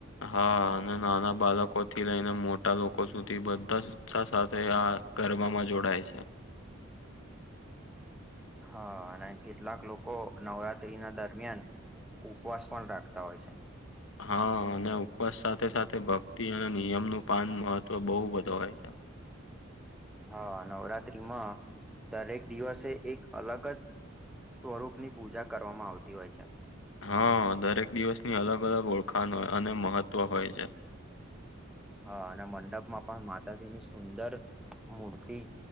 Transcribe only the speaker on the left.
હા અને નાના બાળકો થી લઈને મોટા લોકો સુધી બધા ઉત્સાહ સાથે આ ગરબામાં જોડાય છે.
હા અને ઉપવાસ સાથે સાથે ભક્તિ અને નિયમ નું પાન મહત્વ બહુ બધો હોય છે.
હા દરેક દિવસની અલગ અલગ ઓળખાણ હોય અને મહત્ત્વ હોય છે.